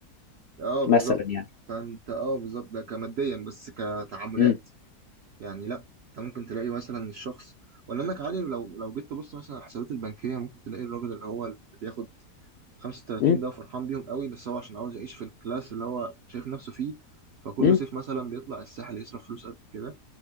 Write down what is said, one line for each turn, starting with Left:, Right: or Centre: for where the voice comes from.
Right: اه بالظبط
Left: مثلا يعني
Right: فانت اه بالظبط ده كماديا بس كتعاملات
Left: امم
Right: يعني لا انت ممكن تلاقي مثلا الشخص ولا انك عادي لو لو جيت تبص مثلا على الحسابات البنكية ممكن تلاقي الراجل اللي هو اللي بياخد 35
Left: امم
Right: ده فرحان بيهم قوي بس هو عشان عاوز يعيش في الكلاس اللي هو شايف نفسه فيه فكل
Left: امم
Right: صيف مثلا بيطلع الساحل يصرف فلوس قد كده